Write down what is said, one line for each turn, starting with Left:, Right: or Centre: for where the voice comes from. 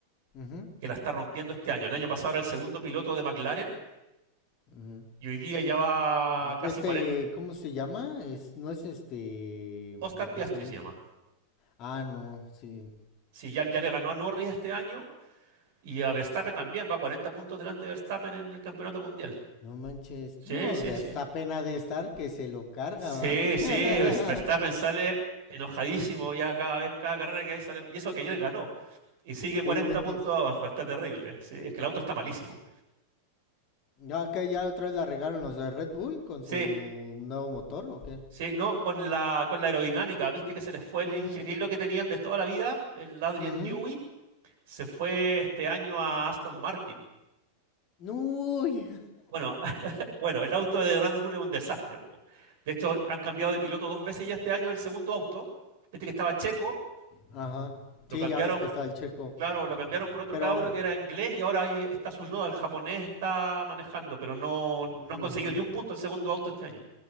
Left: Ujú,
Right: que la está rompiendo este año. El año pasado era el segundo piloto de McLaren
Left: ujú.
Right: y hoy día ya va casi
Left: Este,
Right: 40.
Left: ¿cómo se llama? Es, no es este
Right: Oscar
Left: de
Right: Piastri
Left: casualidad.
Right: se llama.
Left: Ah, no, sí.
Right: Sí, ya, ya le ganó a Norris este año y a Verstappen también, va 40 puntos delante de Verstappen en el campeonato mundial.
Left: No manches.
Right: Sí,
Left: No,
Right: sí,
Left: Verstappen
Right: sí.
Left: ha de estar que se lo carga,
Right: Sí,
Left: ¿va?
Right: sí,
Left: <laughs>
Right: Verstappen sale enojadísimo ya cada vez, cada carrera que hay sale. Y eso que ayer ganó. Y sigue 40
Left: No inventes.
Right: puntos abajo, está terrible. Sí, es que el auto está malísimo.
Left: Ya que ya otra vez la regaron los de Red Bull con
Right: Sí,
Left: su nuevo motor o qué?
Right: sí, no, con la, con la aerodinámica, viste que se les fue el
Left: Mm,
Right: ingeniero que tenían de toda la vida, el Adrian
Left: ujú.
Right: Newey, se fue este año a Aston Martin.
Left: Uy.
Right: Bueno, <laughs> bueno, el auto de Red Bull es un desastre. po. De hecho, han cambiado de piloto dos veces ya este año el segundo auto. Este que estaba Checo,
Left: Ajá.
Right: lo
Left: Sí,
Right: cambiaron
Left: ya ves que está el checo.
Right: Claro, lo cambiaron por otro
Left: Pero.
Right: cabro que era inglés y ahora ahí está su nodo, el japonés está manejando, pero no,
Left: ujú.
Right: no han conseguido ni un punto el segundo auto este año.